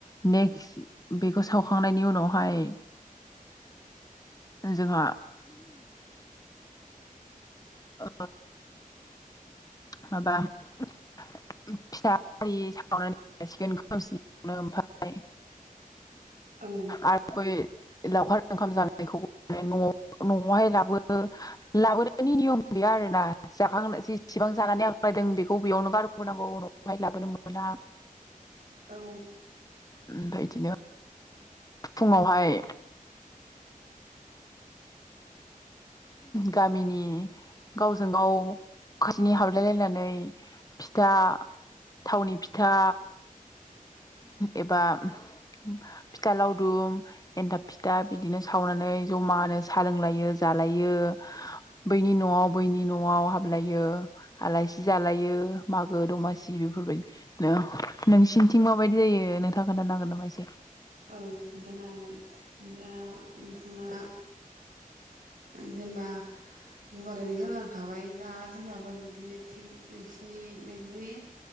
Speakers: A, on the left; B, on the right.
A: नेक्स्ट बेखौ सावखांनायनि उनावहाय जोंहा ओ माबा फिथि सावनानै जासिगोन खोमसिनो ओमाय
B: उम
A: आरो बै लावखार ओंखाम जानायखौ न न'आवहाय लाबो लाबोनायनि नियम गैया आरोना जाखांनोसि जानानै आंलायदों बेखौ बेयावनो गारोनांगौ उनावाय लाबोनो मोना
B: औ
A: ओमफ्राय बिदिनो फुङावहाय गामिनि गावजों गाव खाथिनि हाबलायलायनानै फिथा थावनि फिथा एबा फिथा लावदुम एन्थाब फिथा बिदिनो सावनानै जमा होनोसै सा लोंलायो जालायो बैनि न'आव बैनि न'आव हाबलायो आलासि जालायो मागो दमासि बेफोरबायदि नोंसिनिथिं माबायदि जायो नोंथाङा खोन्थानो हांगोन नामा इसे
B: औ खोन्थानो हागोन दा नोंथाङा जेनेबा गुवारैनो होनलांखाबाय दा जोंनाबो बिदिनो थिग नोंसिनि बिदिनो